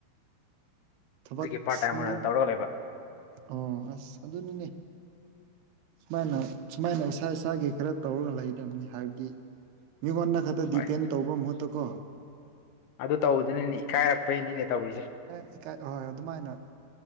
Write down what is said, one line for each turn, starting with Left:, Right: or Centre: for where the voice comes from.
Right: ꯊꯕꯛ
Left: ꯍꯧꯖꯤꯛꯀꯤ ꯄꯥꯔꯠ
Right: ꯑꯁꯅꯗꯤ
Left: ꯇꯥꯏꯝ ꯑꯣꯏꯅ ꯇꯧꯔꯒ ꯂꯩꯕ
Right: ꯑꯣ ꯑꯁ ꯑꯗꯨꯅꯤꯅꯦ ꯁꯨꯃꯥꯏꯅ ꯁꯨꯃꯥꯏꯅ ꯏꯁꯥ ꯏꯁꯥꯒꯤ ꯈꯔ ꯇꯧꯔꯒ ꯂꯩꯒꯗꯕꯅꯤ ꯍꯥꯏꯕꯗꯤ ꯃꯤꯉꯣꯟꯗ ꯈꯛꯇ ꯗꯤꯄꯦꯟ
Left: ꯍꯣꯏ
Right: ꯇꯧꯕ ꯃꯍꯨꯠꯇ ꯀꯣ
Left: ꯑꯗꯨ ꯇꯧꯕꯗꯨꯅꯅꯤꯅꯦ ꯏꯀꯥꯏꯔꯛꯄꯩꯅꯤꯅꯦ ꯇꯧꯔꯤꯁꯦ
Right: ꯑꯦ ꯏꯀꯥꯏ ꯑꯍꯣꯏ ꯑꯗꯨꯃꯥꯏꯅ